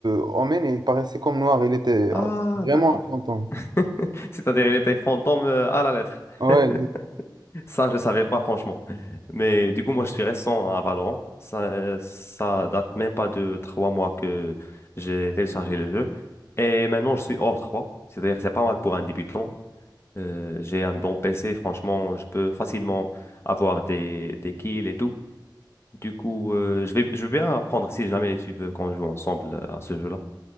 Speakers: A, on the right; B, on the left.
A: Omen, il paraissait comme noir. Il était
B: Ah
A: euh, vraiment
B: d'accord.
A: un fantôme.
B: <laughs> C'est-à-dire, il était fantôme euh, à la lettre.
A: Ouais,
B: <laughs> Ça, je le savais pas, franchement. Mais du coup, moi, je suis récent à Valorant. Ça, euh, ça date même pas de trois mois que j'ai téléchargé le jeu. Et maintenant, je suis hors trois, C'est-à-dire que c'est pas mal pour un débutant. Euh, j'ai un bon PC, franchement, je peux facilement avoir des, des kills et tout. Du coup, euh, je vais, je veux bien apprendre si jamais tu veux qu'on joue ensemble euh, à ce jeu-là.